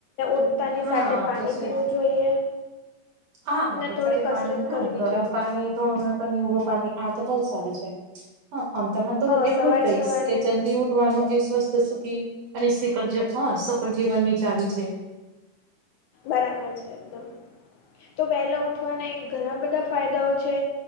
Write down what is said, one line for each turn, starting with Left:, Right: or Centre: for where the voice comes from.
Left: ઉડતાની
Right: હા
Left: સાથે પાણી
Right: તો છે
Left: પીવું
Right: જ
Left: જોઈએ.
Right: હા
Left: ને
Right: વરસાદી
Left: થોડી કસરત
Right: પાણી હા
Left: કરવી
Right: ગરમ
Left: જોઈએ
Right: પાણી થોડું ના તો લીબુ પાણી આ તો બઉુ સારું છે. હા અ તમન તો
Left: હ સવાર
Right: એટલું જ કહીશ
Left: સવારે
Right: કે જલ્દી ઉઠવાનું એ સ્વસ્થ તો સુખી અને સીલ સફલ જીવનની ચાવી છે.
Left: બરાબર છે એકદમ તો વહેલા ઉઠવાના એ ઘણા બધા ફાયદાઓ છે.